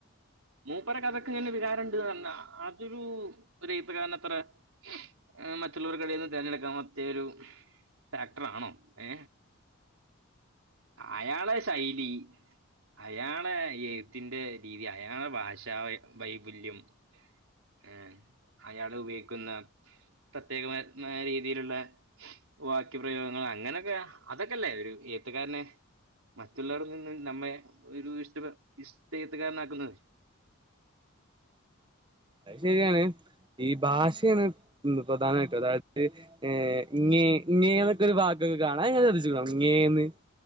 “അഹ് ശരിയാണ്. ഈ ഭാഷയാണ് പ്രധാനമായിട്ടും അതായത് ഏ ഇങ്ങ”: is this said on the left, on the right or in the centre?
Right